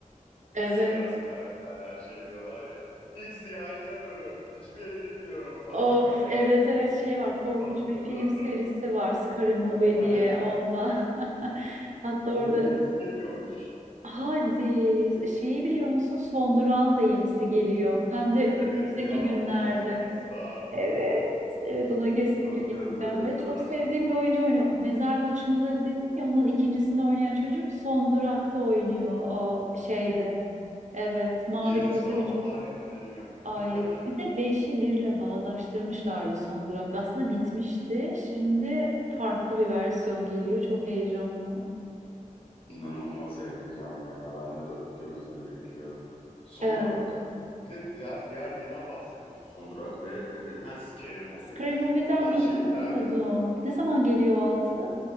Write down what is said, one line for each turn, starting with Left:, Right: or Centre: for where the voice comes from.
Right: Evet.
Left: Siyahi karakterler şey diyorlar ya. İlk siyahiler ölür. Hiçbir yere gitmiyorum falan
Right: Of
Left: <laughs> diyorlar.
Right: evet evet şey var korkunç
Left: Korktuklarında.
Right: bir film serisi var Scary Movie
Left: <laughs> Aynen.
Right: diye onda. <laughs> Hatta orada
Left: Onun yenisi geliyormuş.
Right: hadi şeyi biliyor musun? Son Durağın da yenisi geliyor. Hem de
Left: Evet
Right: önümüzdeki
Left: ya
Right: günlerde.
Left: 16 Mayıs'ta.
Right: Evet. Evet ona kesinlikle
Left: Çok
Right: gideceğim
Left: gözle bekliyorum.
Right: ve çok sevdiğim bir oyuncu oynuyor. Oh, Mezar Buluşmaları dedim ya onun ikincisinde oynayan çocuk Son Durak'ta oynuyor o şeyde. Evet mavi
Left: Yeni
Right: gözlü
Left: travmalar
Right: bir çocuk.
Left: yükleniyor.
Right: Ay
Left: <laughs>
Right: bir de 5'i birle bağdaştırmışlardı son durakta. Aslında bitmişti. Şimdi farklı bir versiyon geliyor. Çok heyecanlı.
Left: İnanılmaz heyecanlı ya. Ben de dört gözle bekliyorum. Son
Right: Ee,
Left: durak. Bir de diğer, diğer neyden bahsediyorduk? Son durak ve ne diyeyim? Ha Scary Movie.
Right: Scary Movie'den
Left: Ben
Right: bi-
Left: şeyi
Right: bilmiyordum.
Left: merak ediyorum.
Right: Ne zaman geliyor 6?